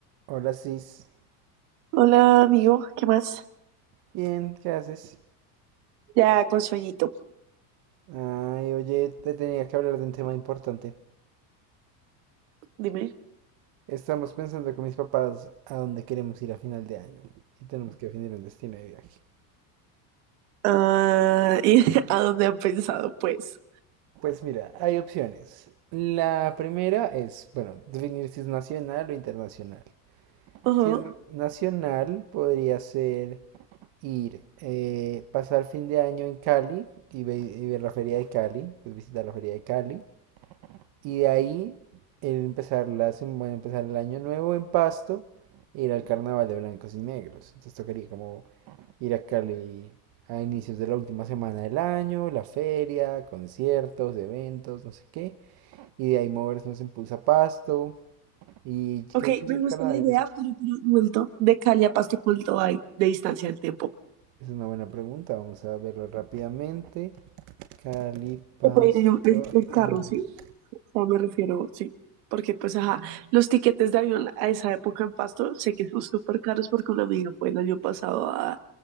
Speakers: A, on the right; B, on the right.
A: Hola, Cis.
B: Hola, amigo, ¿qué más?
A: Bien, ¿qué haces?
B: Ya con sueñito,
A: Ay, oye, te tenía que hablar de un tema importante.
B: dime.
A: Estamos pensando con mis papás a dónde queremos ir a final de año y tenemos que definir un destino de viaje.
B: Ah, ¿y <laughs> a dónde han pensado, pues?
A: Pues mira, hay opciones. La primera es, bueno, definir si es nacional o internacional.
B: Ajá.
A: Si es na- nacional, podría ser ir, eh, pasar fin de año en Cali y, ve- y ver la feria de Cali, pues visitar la feria de Cali. Y de ahí el empezar, la, sem- bueno, empezar el año nuevo en Pasto, ir al carnaval de blancos y negros. Entonces tocaría como ir a Cali a inicios de la última semana del año, la feria, conciertos, eventos, no sé qué. Y de ahí movernos en Pulsa Pasto. Y
B: Ok,
A: creo que el
B: me gusta
A: carnaval
B: la idea,
A: empieza...
B: pero, pero vuelto de Cali a Pasto, ¿cuánto hay de distancia en tiempo?
A: Es una buena pregunta, vamos a verlo rápidamente. Cali, Pasto,
B: Se puede ir en, un- en- en carro,
A: en... bus.
B: ¿sí? O sea, me refiero, sí. Porque, pues, ajá, los tiquetes de avión a esa época en Pasto sé que son súper caros porque una amiga fue el año pasado a-